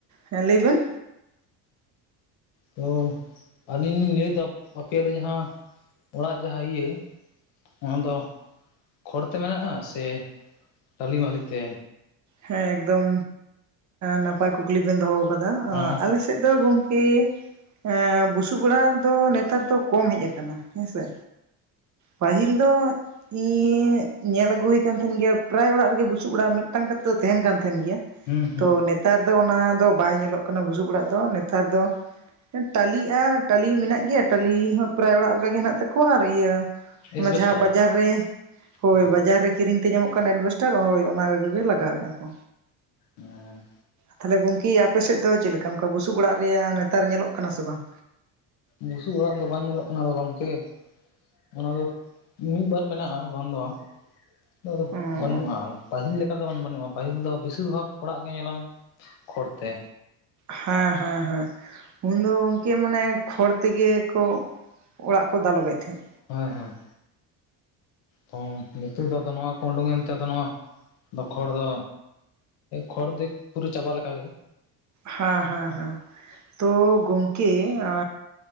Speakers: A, on the right; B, on the left.
A: ᱦᱮᱸ ᱞᱟᱹᱭ ᱵᱮᱱ
B: ᱛᱚ ᱟᱹᱞᱤᱧ ᱞᱤᱧ ᱞᱟᱹᱭ ᱮᱫᱟ ᱟᱯᱮᱭᱟᱜ ᱫᱚ ᱡᱟᱦᱟᱸ ᱚᱲᱟᱜ ᱡᱟᱦᱟᱸ ᱤᱭᱟᱹ ᱱᱚᱣᱟ ᱫᱚ ᱠᱷᱚᱲ ᱛᱮ ᱢᱮᱱᱟᱜᱼᱟ ᱥᱮ ᱴᱟᱹᱞᱤ ᱢᱟᱹᱞᱤ ᱛᱮ
A: ᱦᱮᱸ ᱮᱠᱫᱚᱢ ᱱᱟᱯᱟᱭ ᱠᱩᱠᱞᱤ ᱵᱮᱱ ᱫᱚᱦᱚ ᱟᱠᱟᱫᱟ
B: ᱦᱮᱸ
A: ᱟᱞᱮ ᱛᱮᱫ ᱫᱚ ᱜᱚᱝᱠᱮ ᱮᱸ ᱵᱩᱥᱩᱵ ᱚᱲᱟᱜ ᱫᱚ ᱱᱮᱛᱟᱨ ᱫᱚ ᱠᱚᱢ ᱦᱮᱡ ᱟᱠᱟᱱᱟ ᱦᱮᱸᱥᱮ ᱯᱟᱹᱦᱤᱞ ᱫᱚ ᱤ ᱧᱮᱞ ᱟᱹᱜᱩ ᱦᱩᱭ ᱠᱟᱱ ᱛᱟᱦᱮᱱ ᱜᱮᱭᱟ ᱯᱨᱟᱭ ᱚᱲᱟᱜ ᱨᱮᱜᱮ ᱵᱩᱥᱩᱵ ᱚᱲᱟᱜ ᱢᱤᱫᱴᱟᱝ ᱠᱟᱛᱮᱫ ᱛᱟᱦᱮᱱ ᱠᱟᱱ ᱛᱟᱦᱮᱱ ᱜᱮᱭᱟ
B: ᱦᱩᱸ ᱦᱩᱸ
A: ᱛᱚ ᱱᱮᱛᱟᱨ ᱫᱚ ᱚᱱᱟ ᱫᱚ ᱵᱟᱭ ᱧᱮᱞᱚᱜ ᱠᱟᱱᱟ ᱵᱩᱥᱩᱵ ᱚᱸᱲᱟᱜ ᱫᱚ ᱱᱮᱛᱟᱨ ᱫᱚ ᱴᱟᱞᱤᱜᱼᱟ ᱴᱟᱞᱤ ᱢᱮᱱᱟᱜ ᱜᱮᱭᱟ ᱴᱟᱞᱤ ᱦᱚᱸ ᱯᱨᱟᱭ ᱚᱲᱟᱜ ᱞᱮᱠᱟᱜᱮ ᱦᱮᱱᱟᱜ ᱛᱟᱠᱚᱣᱟ ᱟᱨ ᱤᱭᱟᱹ
B: ᱮᱥᱵᱮᱥᱴᱟᱨ
A: ᱚᱱᱟ ᱡᱟᱦᱟᱸ ᱵᱟᱡᱟᱨ ᱨᱮ ᱦᱳᱭ
B: ᱦᱮᱸ
A: ᱵᱟᱡᱟᱨ ᱨᱮ ᱠᱤᱨᱤᱧ ᱛᱮ ᱧᱟᱢᱚᱜ ᱠᱟᱱᱟ ᱮᱰᱵᱮᱥᱴᱟᱨ ᱦᱳᱭ ᱚᱱᱟ ᱠᱚᱜᱮ ᱞᱟᱜᱟᱣᱮᱫᱼᱟ ᱠᱚ᱾
B: ᱦᱮᱸ
A: ᱛᱟᱦᱚᱞᱮ ᱜᱚᱝᱠᱮ ᱟᱯᱮᱥᱮᱫ ᱫᱚ ᱪᱮᱫ ᱞᱮᱠᱟ ᱚᱱᱠᱟ ᱵᱩᱥᱩᱵ ᱚᱲᱟᱜ ᱨᱮᱭᱟᱜ ᱱᱮᱛᱟᱨ ᱧᱮᱞᱚᱜ ᱠᱟᱱᱟ ᱥᱮ ᱵᱟᱝ?
B: ᱵᱩᱥᱩᱵ ᱚᱲᱟᱜ ᱫᱚ ᱵᱟᱝ ᱧᱮᱞᱚᱜ ᱠᱟᱱᱟ ᱜᱚᱝᱠᱮ᱾ ᱚᱱᱟ ᱫᱚ ᱢᱤᱫ ᱵᱟᱨ ᱢᱮᱱᱟᱜᱼᱟ ᱵᱟᱝ ᱫᱚ ᱵᱟᱝ ᱩᱱᱟᱸᱜ ᱫᱚ
A: ᱚᱸ
B: ᱵᱟᱹᱱᱩᱜᱼᱟ, ᱯᱟᱹᱦᱤᱞ ᱞᱮᱠᱟ ᱚᱱᱠᱟ ᱛᱟᱵᱚᱱᱟ ᱵᱟᱹᱱᱩᱜᱼᱟ ᱯᱟᱹᱦᱤᱞ ᱫᱚ ᱵᱮᱥᱤᱨ ᱵᱷᱟᱜ ᱚᱲᱟᱜ ᱜᱮ ᱧᱮᱞᱟᱢ ᱠᱷᱚᱲ ᱛᱮ᱾
A: ᱦᱮᱸ ᱦᱮᱸ ᱦᱮᱸ ᱩᱱᱫᱚ ᱜᱚᱝᱠᱮ ᱢᱟᱱᱮ ᱠᱷᱚᱲ ᱛᱮᱜᱮ ᱠᱚ, ᱚᱲᱟᱜ ᱠᱚ ᱫᱟᱞᱚᱵᱮᱫ ᱛᱟᱦᱮᱸᱫ᱾
B: ᱦᱮᱸ ᱦᱮᱸ ᱦᱚᱸ ᱱᱤᱛᱚᱜ ᱫᱚ ᱟᱫᱚ ᱱᱚᱣᱟ ᱠᱚ ᱩᱰᱩᱠᱮᱱ ᱛᱮᱫᱚ ᱱᱚᱣᱟ ᱵᱟᱠᱷᱚᱲ ᱫᱚ ᱠᱷᱚᱲ ᱫᱚ ᱯᱩᱨᱟᱹ ᱪᱟᱵᱟ ᱞᱮᱠᱟᱜ ᱜᱮ᱾
A: ᱦᱮᱸ ᱦᱮᱸ ᱦᱮᱸ ᱛ ᱜᱚᱝᱠᱮ ᱟ